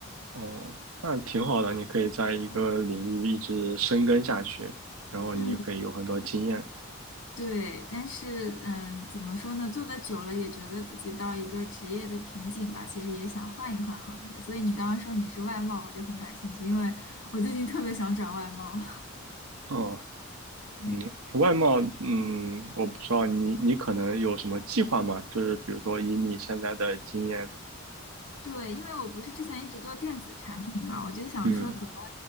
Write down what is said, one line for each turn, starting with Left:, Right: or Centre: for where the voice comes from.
Right: 哦，那挺好的，你可以在一个领域一直深耕下去，然后你可以有很多经验。
Left: 嗯。对，但是嗯，怎么说呢？做的久了也觉得自己到一个职业的瓶颈吧，其实也想换一换行业。所以你刚刚说你是外贸，我就很感兴趣，因为我最近特别想转外贸。
Right: 哦，
Left: <laughs> 嗯。
Right: 嗯，外贸，嗯，我不知道你你可能有什么计划吗？就是比如说以你现在的经验，
Left: 对，因为我不是之前一直做电子产品嘛，我就想说怎么，
Right: 嗯。